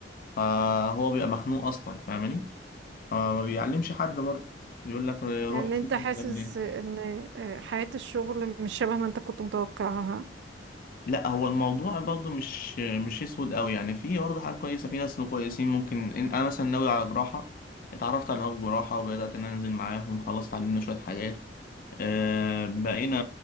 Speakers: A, on the left (about 50°); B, on the right (about 70°).
A: فهو بيبقى مخنوق اصلا فاهماني فما بيعلمش حد برضه بيقول لك آه، روح
B: يعني
A: شوف
B: انت
A: انت
B: حاسس
A: بتعمل ايه
B: ان آه، حياة الشغل مش شبه ما انت كنت متوقعها
A: لا هو الموضوع برضه مش مش اسود قوي يعني في برضه حاجات كويسه في ناس كويسين ممكن إن انا مثلا ناوي على جراحه اتعرفت على نواب جراحه وبدات ان أنا انزل معاهم خلاص اتعلمنا شويه حاجات آه، بقينا